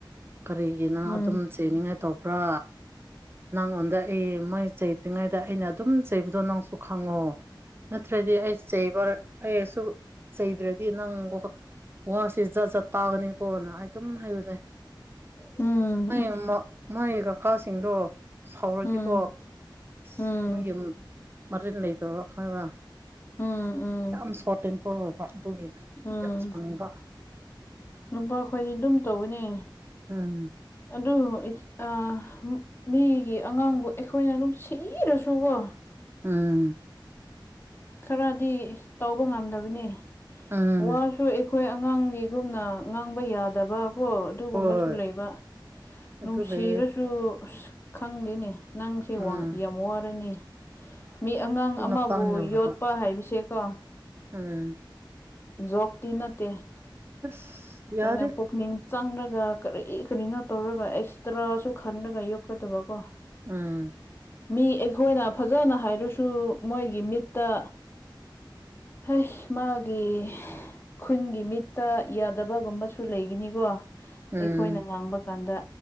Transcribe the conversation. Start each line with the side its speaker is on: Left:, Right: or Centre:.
Right: ꯀꯔꯤꯒꯤ ꯅꯪ
Left: ꯎꯝ
Right: ꯑꯗꯨꯝ ꯆꯩꯅꯤꯡꯉꯥꯏ ꯇꯧꯕ꯭ꯔꯥ ꯅꯪꯉꯣꯟꯗ ꯑꯩ ꯃꯣꯏꯅ ꯆꯩꯇ꯭ꯔꯤꯉꯩꯗ ꯑꯩꯅ ꯑꯗꯨꯝ ꯆꯩꯕꯗꯣ ꯅꯪꯁꯨ ꯈꯪꯉꯣ ꯅꯠꯇ꯭ꯔꯗꯤ ꯑꯩ ꯆꯩꯕ ꯑꯩꯁꯨ ꯆꯩꯗ꯭ꯔꯗꯤ ꯅꯪꯕꯨ ꯋꯥꯁꯦ ꯖꯥꯠ ꯖꯥꯠ ꯇꯥꯕꯅꯤꯀꯣꯅ ꯑꯩ ꯑꯗꯨꯝ ꯍꯥꯏꯕꯅꯦ
Left: ꯎꯝ
Right: <unintelligible>
Left: ꯑꯁ
Right: ꯃꯥꯒꯤ ꯀꯀꯥꯁꯤꯡꯗꯣ ꯁꯥꯎꯔꯗꯤꯀꯣ
Left: ꯎꯝ
Right: ꯑꯁ
Left: ꯎꯝ
Right: <unintelligible> ꯃꯔꯤꯟ ꯂꯩꯇꯕ ꯈꯪꯉꯕ꯭ꯔꯥ
Left: ꯎꯝ ꯎꯝ
Right: ꯌꯥꯝ ꯁꯣꯔꯠ ꯇꯦꯝꯄꯔ ꯑꯣꯏꯕ ꯑꯗꯨꯒꯤ
Left: ꯎꯝ
Right: ꯌꯥꯝ ꯁꯥꯎꯅꯤꯡꯕ
Left: ꯅꯨꯄꯥ ꯈꯣꯏꯗꯤ ꯗꯨꯝ ꯇꯧꯏꯅꯦ
Right: ꯎꯝ
Left: ꯑꯗꯨ ꯏꯁ ꯑꯥ ꯃꯤꯒꯤ ꯑꯉꯥꯡꯕꯨ ꯑꯩꯈꯣꯏꯅ ꯅꯨꯡꯁꯤ ꯁꯤꯔꯁꯨꯀꯣ
Right: ꯎꯝ
Left: ꯈꯔꯗꯤ ꯇꯧꯕ ꯉꯝꯗꯕꯅꯤ
Right: ꯎꯝ
Left: ꯋꯥ ꯁꯨ ꯑꯩꯈꯣꯏ ꯑꯉꯥꯡꯒꯤꯒꯨꯝꯅ ꯉꯥꯡꯕ ꯌꯥꯗꯕꯀꯣ ꯑꯗꯨꯒꯨꯝꯕꯁꯨ
Right: ꯍꯣꯏ
Left: ꯂꯩꯕ ꯅꯨꯡꯁꯤꯔꯁꯨ
Right: ꯑꯗꯨ ꯂꯩꯌꯦ
Left: ꯁꯨ ꯑꯁ ꯈꯪꯗꯦꯅꯦ ꯅꯪꯁꯦ
Right: ꯎꯝ
Left: ꯌꯥꯝ ꯋꯥꯔꯅꯤ ꯃꯤ ꯑꯉꯥꯡ
Right: ꯁꯤ ꯃꯇꯥꯡ
Left: ꯑꯗꯨꯕꯨ
Right: ꯌꯧꯔꯕ
Left: ꯌꯣꯠꯄ ꯍꯥꯏꯕꯁꯦꯀꯣ
Right: ꯎꯝ
Left: ꯖꯣꯛꯇꯤ ꯅꯠꯇꯦ ꯑꯩꯈꯣꯏꯅ
Right: ꯑꯁ ꯌꯥꯗꯦ
Left: ꯄꯨꯛꯅꯤꯡ ꯆꯪꯔꯒ ꯀꯔꯤ ꯀꯔꯤꯅꯣ ꯇꯧꯔꯒ ꯑꯦꯛꯁꯇ꯭ꯔꯥꯁꯨ ꯈꯟꯂꯒ ꯌꯣꯛꯀꯗꯕꯀꯣ
Right: ꯎꯝ
Left: ꯃꯤ ꯑꯩꯈꯣꯏꯅ ꯐꯖꯅ ꯍꯥꯏꯔꯁꯨ ꯃꯣꯏꯒꯤ ꯃꯤꯠꯇ ꯍꯁ ꯃꯥꯒꯤ ꯈꯨꯟꯒꯤ ꯃꯤꯠꯇ ꯌꯥꯗꯕꯒꯨꯝꯕꯁꯨ ꯂꯩꯒꯥꯅꯤꯀꯣ
Right: ꯎꯝ
Left: ꯑꯩꯈꯣꯏꯅ ꯉꯥꯡꯕ ꯀꯥꯟꯗ